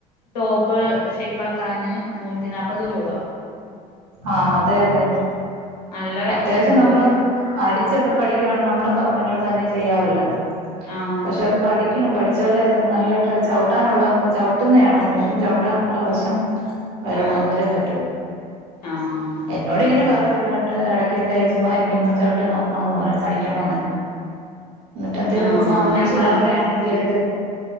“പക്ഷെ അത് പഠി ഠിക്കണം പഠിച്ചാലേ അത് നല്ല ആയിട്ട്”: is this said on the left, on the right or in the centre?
Right